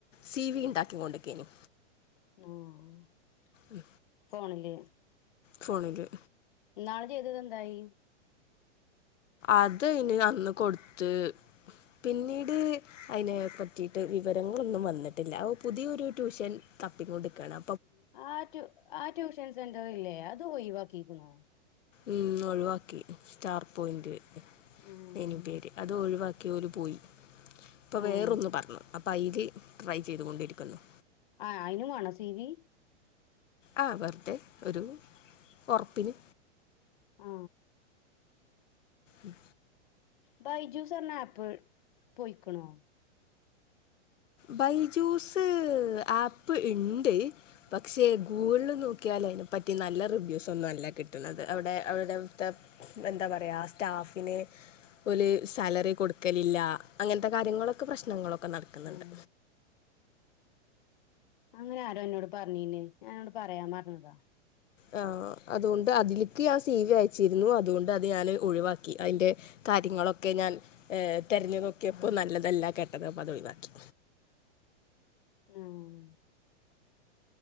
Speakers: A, on the left (about 80°); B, on the left (about 40°).
A: സി വി ഇണ്ടാകി കൊണ്ടിരിക്കെനി
B: ആഹ്
A: ഉം
B: പോണില്ലേ
A: ഫോണില്
B: നാളെ ചെയ്തത് എന്തായി
A: അത് ഇനി അന്ന് കൊടുത്ത് പിന്നീട് അതിനെ പറ്റിട്ട് വിവരങ്ങളൊന്നും വന്നിട്ടില്ല അ പുതിയൊ ഒരു ട്യൂഷൻ തപ്പി കൊണ്ടിരിക്കാണ്
B: ആ റ്റ്യു ആ ട്യൂഷൻ സെന്റർല്ലേ അത് ഒഴിവാക്കിക്കണോ
A: ഉം ഒഴിവാക്കി സ്റ്റാർ പോയിന്റ്
B: ഉം
A: അനി പേര് അത് ഒഴിവാക്കി ഒ ഓക്കെര് പോയി അപ്പൾ
B: ഉം
A: വേറൊന്ന് പറഞ്ഞു അപ്പൾ അതിൽ ട്രൈ ചെയ്തുകൊണ്ടിരിക്കുന്നു
B: ആ അയിനു ആണ സി വി
A: ആ വെറതെ ഒരു ഉറപ്പിന്
B: ആ
A: ഉം
B: ബൈജ്യൂസ് പറഞ്ഞാ ആപ്പ് പൊയിക്ണോ
A: ബൈജൂസ് ആപ്പ് ഇണ്ട് പക്ഷെ ഗൂഗിളിൽ നോക്കിയാൽ തിനെ പറ്റി നല്ല റിവ്യൂസ് ഒന്നുംല്ല കിട്ട അവിടെ അവിത്തെ എന്താ പറയാ സ്റ്റാഫ ഒരു സാലറി കൊടുക്കലില്ല അങ്ങനത്തെ കാര്യങ്ങളൊക്കെ പ്രശ്നങ്ങളൊക്കെ നടക്കുന്നുണ്ട്
B: ഉം അങ്ങനെ ആരോ എന്നോട് പറഞ്ഞീന്നെ ഞാനോട് പറയാ പറഞ്ഞതാ
A: ആ, അതുകൊണ്ട് അതിലേക്ക് സി വി അയച്ചിരുന്നു അതുകൊണ്ട് അത് ഞാന് ഒഴിവാക്കി അതിന്റെ കാര്യങ്ങളൊക്കെ ഞാൻ ഏ തെരഞ്ഞു നോക്കിയപ്പോ നല്ലതല്ല കേട്ടത്അ പതൊഴിവാക്കി
B: ആഹ